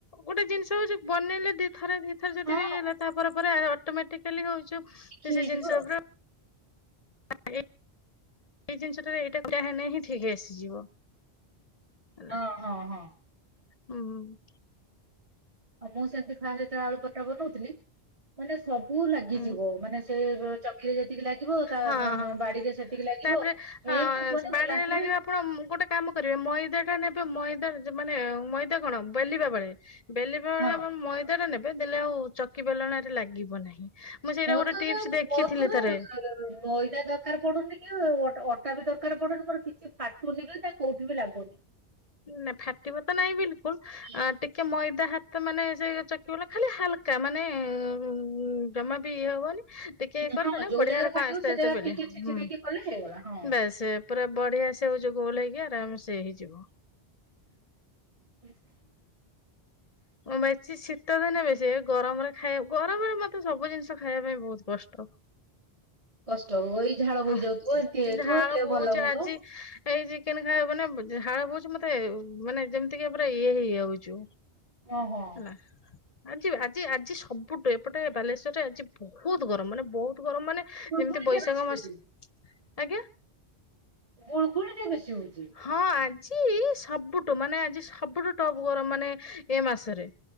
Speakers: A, on the left (about 40°); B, on the right (about 30°).
A: ଗୋଟେ ଜିନିଷ ହଉଛି ବନେଇଲେ ଦି ଥରେ ଦିଥର ଯଦି
B: ହଁ
A: ବି ହେଲେ ତାପ ପରେ ପରେ ଅଟୋମେଟିକାଲି ହଉଚୁ
B: ଶିଖି
A: ସେ
B: ହେଇଯିବ
A: ଜିନିଷ ପୁରା <unintelligible> ଏଇ ଜିନିଷଟା ଏଇଟା ପୁରା ହେଲେ ହିଁ ଠିକ୍ ଆସିଯିବ। ହେଲା।
B: ଆଉ ହଁ ହଁ।
A: ହୁଁ ହୁଁ।
B: ଆଉ ମୁଁ ସେମିତି ଫାଷ୍ଟ ଯେତେବେଳେ ଆଳୁ ପରଟା ବନଉଥିଲି ମାନେ ବୁ ଲାଗିଯିବ
A: ହୁଁ
B: ମାନେ ସେ ଚକି ଯେତିକି ଲାଗିବ ତା
A: ହଁ ହଁ।
B: ବାଡିରେ ସେତିକି ଲାଗିବ
A: ତାପରେ ହଁ
B: ଏମିତି କୁହନି
A: ସେ ବାଡିରେ
B: ରାତିରେ
A: ଲାଗିବ ଆପଣ ଗୋଟେ କାମ କରିବେ ମଇଦା ଟା ନେବେ ମଇଦା ମାନେ ମଇଦା କଣ ବେଲିବା ବେଳେ ବେଲିବା ବେଳେ
B: ହଁ
A: ଆପଣ ମଇଦା ଟା ନେବେ ଦେଲେ ଆଉ ଚକି ବେଲଣା ରେ ଆଉ ଲାଗିବ ନାହିଁ। ମୁଁ ସେଇଟା
B: ମୋର
A: ଗୋଟେ
B: ତ ଏବେ
A: ଟିପସ ଦେଖିଥିଲି
B: ମୋର ତ ଏବେ
A: ଥରେ
B: ମଇଦା ଦରକାର ପଡୁନି କି ଅଟା ବି ଦରକାର ପଡୁନି ମୋର କିଛି ଫାଟୁନି କି ତା କୋଉଠି ବି ଲାଗୁନି।
A: ନା ଫାଟିବା ତ ନାଇଁ ବିଲକୁଲ
B: ହୁଁ।
A: ଟିକେ ମଇଦା ହାତ ମାନେ ସେ ଚକିବଲା ଖାଲି ହାଲକା ମାନେ ଉ ଜମା ବି ଇଏ ହବନି ଟିକେ କରିଦେଲେ
B: ହଁ ଯୋଉ
A: ବଢିଆ
B: ଜାଗାରେ
A: ର
B: ଫାଟିବ
A: କମ ଆସ୍ତେ
B: ସେ
A: ଆସ୍ତେ
B: ଜାଗାରେ
A: କଲେ
B: ଟିକେ
A: ହୁଁ
B: ଛେଚି ଦେଇକି କଲେ ହେଇଗଲା ହଁ।
A: ବାସେ ପୁରା ବଢିଆ ସେ ହଉଛି ଗୋଲ ହେଇକି ଆରାମ ସେ ହେଇଯିବ।
B: <inaudible>
A: ବେଶୀ ଶୀତ ଦିନେ ବେଶୀ ଗରମରେ ଖାଇବାକୁ ଗରମରେ ମତେ ସବୁ ଜିନିଷ ଖାଇବା ପାଇଁ ବହୁତ କଷ୍ଟ।
B: କଷ୍ଟ ଏଇ ଝାଳ ବୋହି
A: ଓ
B: ଯାଉଥିବ ଏମିତି ହେଇଥିବ
A: ଝାଳ
B: ଦେହ
A: ବହୁଛି
B: ଭଲ ହଉନଥିବ
A: ଆଜି ଏଇ ଚିକେନ ଖାଇବା ମାନେ ଝାଳ ବଉଛି ମାନେ ଯେମିତି କିି ପୁରା ଇଏ ହେଇଯାଉଛୁ।
B: ଓହୋ।
A: ହ <inaudible> ଆଜି ଆଜି ଆଜି ସବୁଠୁ ଏପଟେ ବାଲେଶ୍ଵରରେ ଆଜି ବହୁତ ଗରମ ମାନେ ବହୁତ ଗରମ ମାନେ
B: ଗୁଳଗୁଳି
A: ଯେମିତି ବୈଶାଖ
B: ଟା ବେଶୀ ହଉଛି
A: ମାସ ଆଜ୍ଞା।
B: ଗୁଡ଼ଗୁଳି ଟା ବେଶୀ ହଉଛି।
A: ହଁ ଆଜି ସବୁଠୁ ମାନେ ଆଜି ସବୁଠୁ ଟପ୍ ଗରମ ମାନେ ଏ ମାସରେ।